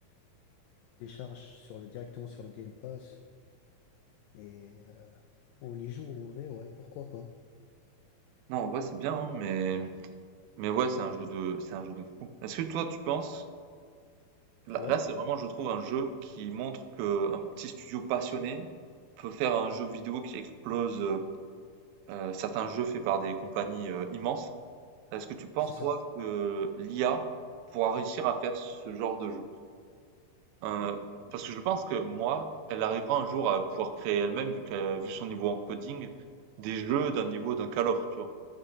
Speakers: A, on the left; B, on the right.
A: télécharge sur le, directement sur le Game Pass et euh, on y joue en vrai, ouais, pourquoi pas.
B: Non, en vrai, c'est bien, hein, mais mais ouais, c'est un jeu de c'est un jeu de fou. Est-ce que toi, tu penses Là,
A: Ouais,
B: là, c'est vraiment, je trouve, un jeu qui montre que un petit studio passionné peut faire un jeu vidéo qui explose euh, euh, certains jeux faits par des compagnies euh, immenses. Est-ce que tu penses,
A: c'est ça.
B: toi, que l'IA pourra réussir à faire ce genre de jeu? Euh, parce que je pense que moi, elle arrivera un jour à pouvoir créer elle-même, vu qu'elle, vu son niveau en coding, des jeux d'un niveau d'un Call of, tu vois.